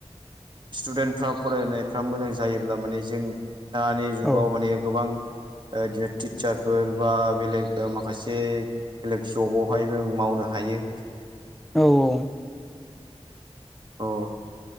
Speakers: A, on the right; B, in the centre.
A: स्टुडेन्टफ्रा फरायनायफ्रा मोजां जायोब्ला माने जों दानि जुगाव
B: औ
A: माने गोबां बिदिनो टिचारफोर बा बेलेग माखासे बेलेग जबावहायबो मावनो हायो
B: औ औ
A: औ